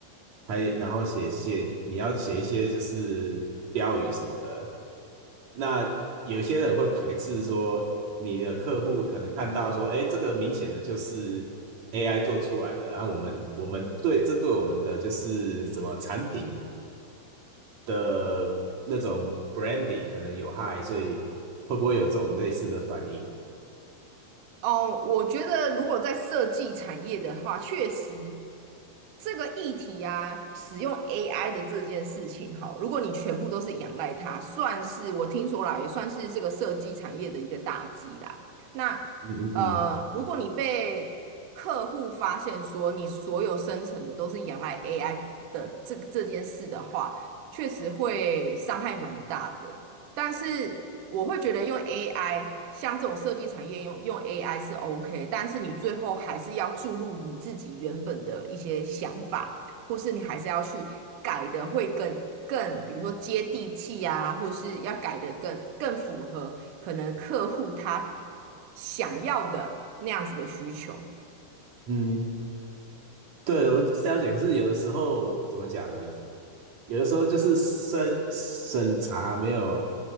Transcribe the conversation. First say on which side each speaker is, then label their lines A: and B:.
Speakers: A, on the right; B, on the right.
A: 还然后写写你要写一些就是标语什么的。那有些人会排斥说，你的客户可能看到说，哎，这个明显的就是 AI 做出来的，啊，我们我们对这对我们的就是什么产品的那种 branding 可能有害，所以会不会有这种类似的反应？
B: 哦，我觉得如果在设计产业的话，确实这个议题啊，使用 AI 的这件事情哈，如果你全部都是仰赖它，算是我听说啦，也算是这个设计产业的一个大忌啦。那呃，
A: 嗯嗯
B: 如果你被客户发现说你所有生成的都是仰赖 AI 的这这件事的话，确实会伤害蛮大的。但是我会觉得用 AI，像这种设计产业用用 AI 是 OK，但是你最后还是要注入你自己原本的一些想法，或是你还是要去改的会更更，比如说接地气啊，或是要改的更更符合可能客户他想要的那样子的需求。
A: 嗯嗯，对，我是了解。可是有的时候怎么讲呢？有的时候就是审审查没有